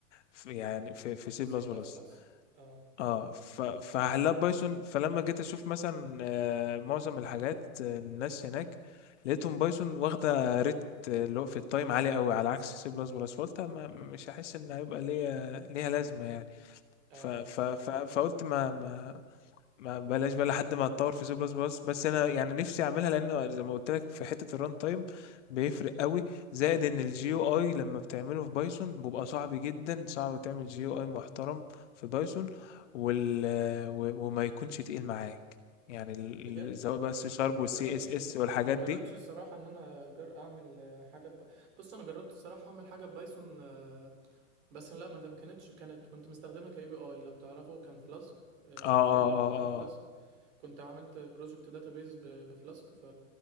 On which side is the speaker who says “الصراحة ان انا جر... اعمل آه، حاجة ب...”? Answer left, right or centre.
Right